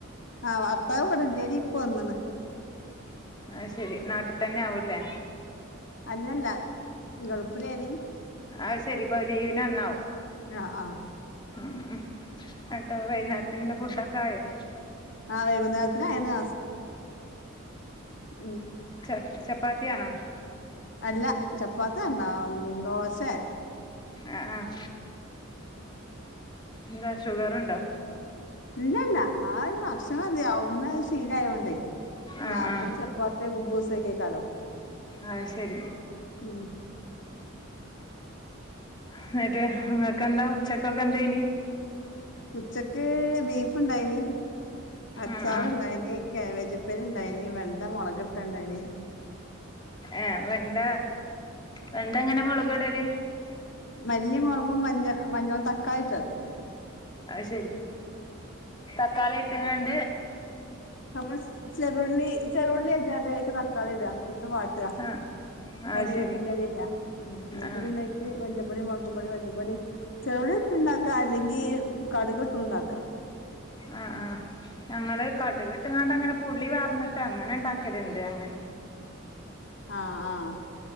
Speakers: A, on the left (about 60°); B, on the left (about 20°).
A: ആ ഭർത്താവ് വടെല്ലെനി. ഇപ്പൊ വന്ന്ണ്.
B: ആഹ് ശെരി നാട്ടിൽ തന്നെ ആവൂല്ലേ.
A: അല്ലല്ല ഗൾഫിലേനി.
B: ആഹ് ശരി <unintelligible>
A: ആഹ ആഹ.
B: മം ഹ് ന്ന്ട്ട് വൈകുന്നേരത്തിനുള്ള ഫുഡൊക്കെ ആയോ?
A: ആഹ വൈകുന്നേരത്തിന് അയന് <unintelligible>
B: ച ചപ്പാത്തിയാണോ?
A: അല്ല ചപ്പാത്തി ഉണ്ടാവ <unintelligible> ദോശയാ.
B: ആഹ ആഹ എന്താ ഷുഗറുണ്ടോ?
A: ഇല്ലല്ല ആ ഒരു ഭക്ഷണം അതെയ <unintelligible> അവ്ട്ന്ന് ശീലായോണ്ടേ
B: ആ
A: രാത്രി
B: ആ
A: ചപ്പാത്തിയോ കുബൂസ് <inaudible>
B: ആഹ് ശരി.
A: ഉം
B: എന്നിട്ട് ഇങ്ങക്കന്താ ഉച്ചക്കൊക്കെ എന്താ ഇനി?
A: ഉച്ചക്ക് ബീഫ് ഇണ്ടായിന്, അച്ചാറുണ്ടായിന്.
B: ആഹ് ആഹ്
A: കാബേജിപ്പഴുണ്ടായിന് വെണ്ട മുളകിട്ടണ്ടായിന്..
B: ഏ വെണ്ട വെണ്ട എങ്ങനെ മുളക് ഇടല്
A: മല്ലി മുളകും മഞ്ഞ മഞ്ഞ തക്കായിട്ടത്.
B: അയ്ശരി, തക്കാളി ഇട്ടുങ്ങണ്ട്..
A: നമ്മൾ ചെറുള്ളി ചെറുള്ളി <unintelligible> ക്കാളിയിടുക എന്നിട്ട് വാട്ടുക,
B: ആഹ്
A: കരിവേപ്പിന്റെ
B: അത് ശരി
A: ഇല ഇടുക മം എന്നിട്ട്
B: ആഹ്
A: പിന്നെ ഇച്ചി മഞ്ഞ <unintelligible> <unintelligible> മുളക്പൊടി, മല്ലിപ്പൊടി, <unintelligible> ണ്ടാക്ക അല്ലെങ്കിൽ കടുകക്കണ്ടാക്ക.
B: ആ ആഹ ഞങ്ങള് കടുകി.. ട്ടങ്ങാണ്ടണ്ട്ങ്ങന പുള്ളി വാർന്നിട്ട് അങ്ങനെ ഉണ്ടാക്കലുണ്ട് അങ്ങെ..
A: ആഹ ആഹ